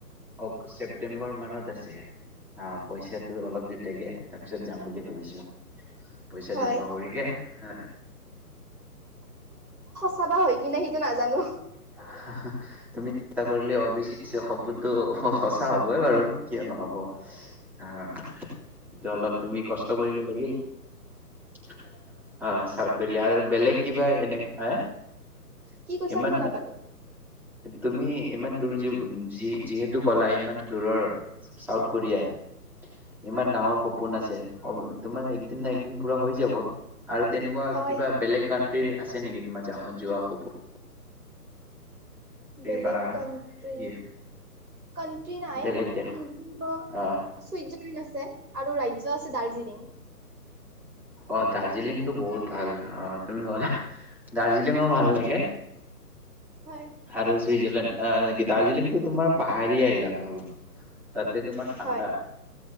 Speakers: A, in the centre; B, on the right.
A: কওঁক ছেপ্টেম্বৰ মানত আছে আহ পইচা অলপ যেতিয়াকে তাৰপিছত যাম বুলি ভাবিছো পইচা
B: হয়
A: জমা কৰিকে হে
B: চাবা হয় কি ননে সেইটো নাজানো
A: বাব তুমি চেষ্টা কৰিলে অবি সপোনতটো সঁচা হবে বাৰু কিয় নহব সটো অলপ তুমি কষ্ট কৰিব লাগিল অ চাউথ কৰিয়াৰ আৰু বেলেগ কিবা এনে হ
B: কি কৈছা
A: ইমান
B: শুনা নাপালো
A: তুমি ইমান দূৰ যি যিহেতু কলা ইমান দূৰৰ চাউথ কোৰিয়া
B: হয়
A: ইমান ডাঙৰ সপোন আছে তোমাৰ দিন ন একদিন পুৰা হৈ যাব আৰু তেনেকুৱা
B: হয়
A: কিবা বেলেগ ক আছে নেকি তোমাৰ য যোৱা সপো
B: বেলেগ
A: বা
B: কাট্ৰি
A: ই-
B: কাট্ৰি নাই
A: বেলেগ
B: কিন্তু
A: দেশ আহ
B: চুইজাৰলেণ্ড আছে আৰু ৰাজ্য আছে দাৰ্জিলিং
A: অ দাৰ্জিলিংতটো বহুত ভাল অ তুমি গলা দাৰ্জিলিঙো ভাল লাগে
B: হয়
A: আৰু সুইজাৰলেণ্ড দাৰ্জিলিংটোো তোমাৰ পাহ কাল <unintelligible> তাতে তোমাৰ ঠাণ্ডা
B: হয়